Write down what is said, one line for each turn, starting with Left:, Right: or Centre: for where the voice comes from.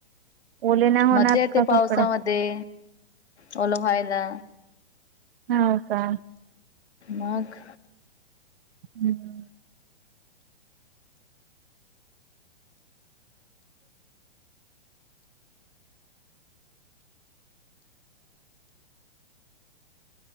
Right: ओले नाही होणार
Left: मज्जा येते
Right: का
Left: पावसामध्ये
Right: कपडे
Left: ओलं ह्वायला.
Right: हाव का
Left: मग
Right: हम्म